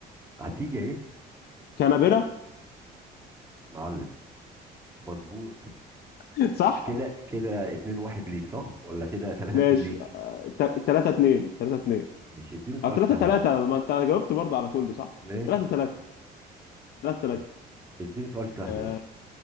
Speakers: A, on the right; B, on the left.
A: هتيجي اهي
B: كانبرا
A: معلم مظبوط
B: <laughs> صح
A: كده كده اتنين واحد ليك صح ولا كده تلاتة
B: ماشي
A: اتنين ليك
B: 3 2 3 2
A: ماشي اديني سؤال
B: أو تلاتة
A: سهل
B: تلاتة
A: بقى
B: ما أنت جاوبت برضه على كله صح؟
A: ماشي
B: تلاتة تلاتة تلاتة تلاتة
A: اد- اديني سؤال سهل
B: أه
A: بقى